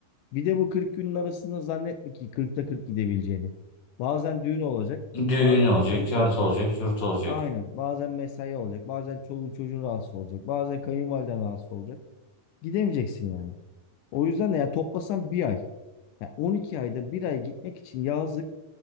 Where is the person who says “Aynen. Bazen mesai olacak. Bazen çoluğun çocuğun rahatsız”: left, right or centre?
Left